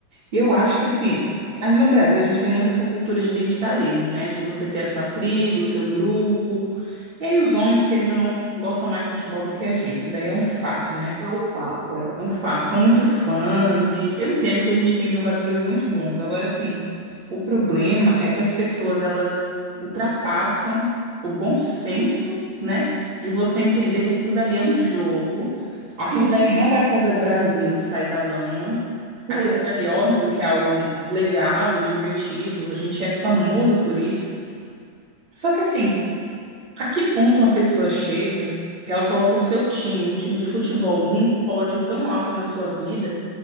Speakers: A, on the right; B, on the right.
A: E eu acho que assim, a- no Brasil a gente tem muito essa cultura de identitarismo, né? De você ter a sua tribo, o seu grupo. E aí os homens, querendo ou não, gostam mais de futebol do que a gente. Isso daí é um fato, né?
B: É um fato, é.
A: É um fato, são muito fãs e eu entendo que a gente tem jogadores muito bons. Agora, assim, o problema é que as pessoas elas ultrapassam o bom senso, né, de você entender que aquilo dali é um jogo, aquilo
B: Sim,
A: dali não vai fazer o Brasil sair da lama. Aquilo
B: é,
A: dali, óbvio que é algo legal e divertido, a gente é famoso por isso. Só que, assim, a que ponto uma pessoa chega que ela coloca o seu time, um time de futebol, num pódio tão alto na sua vida?